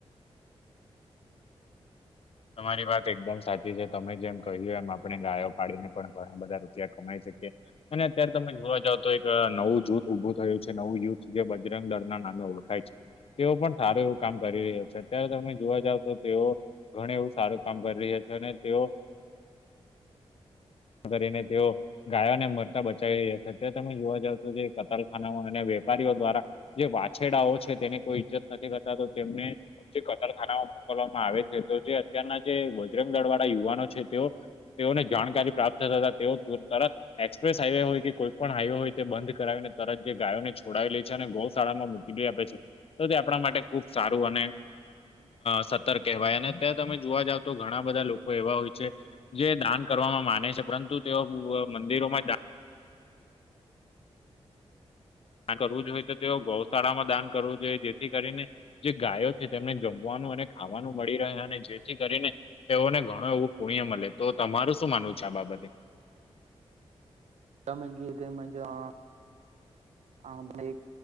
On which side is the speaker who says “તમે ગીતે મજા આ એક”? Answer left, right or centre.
Right